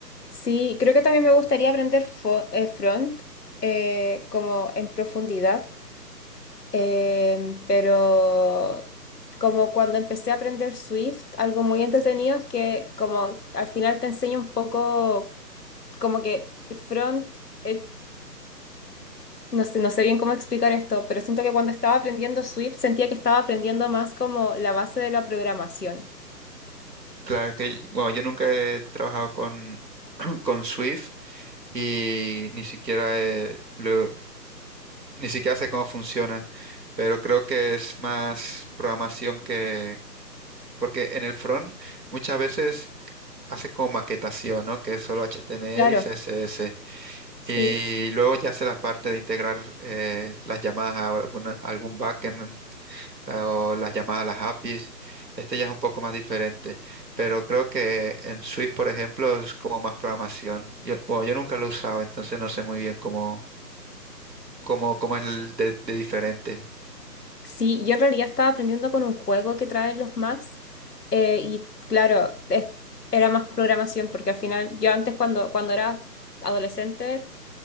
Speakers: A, on the left; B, on the right.
A: Sí, creo que también me gustaría aprender fo- eh, front eh, como en profundidad. Em, pero como cuando empecé a aprender Swift, algo muy entretenido es que como al final te enseña un poco como que front, eh, no sé, no sé bien cómo explicar esto, pero siento que cuando estaba aprendiendo Swift sentía que estaba aprendiendo más como la base de la programación.
B: Claro que, bueno, yo nunca he trabajado con, <clears throat> con Swift y ni siquiera, eh, lo- ni siquiera sé cómo funciona, pero creo que es más programación que, porque en el front muchas veces hace como maquetación, ¿no? Que es solo HTML
A: Claro,
B: y CSS.
A: sí.
B: Y luego ya hace la parte de integrar eh, las llamadas a, alguna- algún backend o las llamadas a las APIs. Este ya es un poco más diferente, pero creo que en Swift, por ejemplo, es como más programación. Yo, bueno, yo nunca lo he usado, entonces no sé muy bien cómo, cómo, cómo es el de, de diferente.
A: Sí, yo en realidad estaba aprendiendo con un juego que traen los Macs eh, y claro, es- era más programación porque al final yo antes cuando, cuando era adolescente